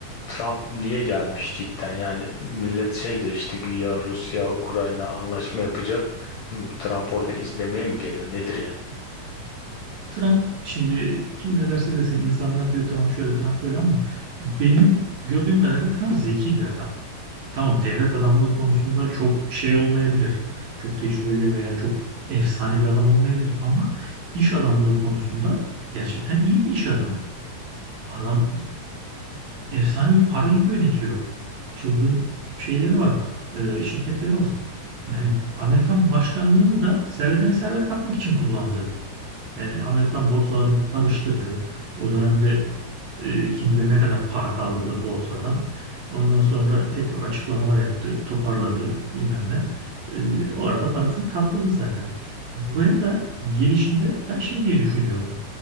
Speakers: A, on the left; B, on the right.
A: Trump niye gelmiş cidden? Yani millet şey de işte güya Rusya, Ukrayna anlaşma yapacak. Hmm, Trump orada izlemeye mi geliyor? Nedir yani?
B: Trump şimdi kim ne derse desin insanlar diyor Trump şöyle Trump böyle ama benim gördüğüm kadarıyla Trump zeki bir adam. Tamam devlet adamlığı konusunda çok şey olmayabilir. Çok tecrübeli veya çok efsane bir adam olmayabilir ama iş adamlığı konusunda gerçekten iyi bir iş adamı. Adam efsane bir parayı yönetiyor. Çılgın şeyleri var. e, şirketleri var. Yani Amerikan başkanlığını da servetine servet katmak için kullandı. Yani Amerikan borsalarını bir karıştırdı. O dönemde e, kim bilir ne kadar para kaldırdı borsadan. Ondan sonra tekrar açıklamalar yaptı, toparladı bilmem ne. E, o arada parasını katladı zaten. Buraya da gelişinde ben şey diye düşünüyorum.